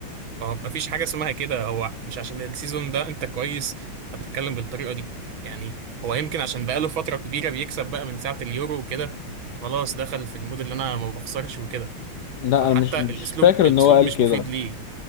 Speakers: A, on the right (about 70°); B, on the left (about 65°).
A: اه ما فيش حاجه اسمها كده هو مش عشان السيزون ده انت كويس فتتكلم بالطريقه دي يعني هو يمكن عشان بقاله فتره كبيره بيكسب بقى من ساعه اليورو وكده خلاص دخل في المود اللي انا ما بخسرش وكده
B: لا
A: فحتى
B: انا مش
A: الاسلوب
B: مش فاكر
A: الاسلوب
B: ان هو قال
A: مش
B: كده
A: مفيد ليه